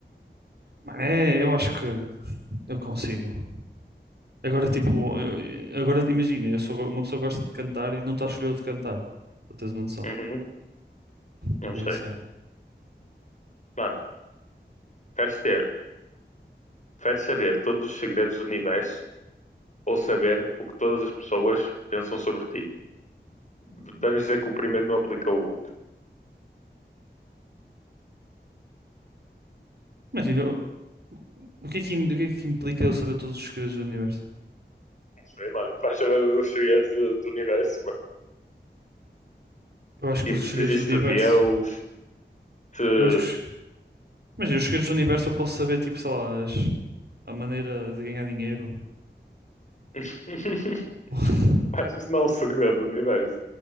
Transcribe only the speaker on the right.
Mano, é, eu acho que eu consigo. Agora, tipo, eu- agora imagina, eu sou uma pessoa que gosta de cantar e não está a escolher de cantar, para teres uma noção.
Por
isso, yeah.
Imagina, eu- o que é que, o que é que implica eu saber todos os segredos do universo?
Eu acho
que os segredos
do universo.
Eu acho que os Mas eu, os segredos do universo, eu posso saber, tipo, sei lá, as- a maneira de ganhar dinheiro.
<laughs>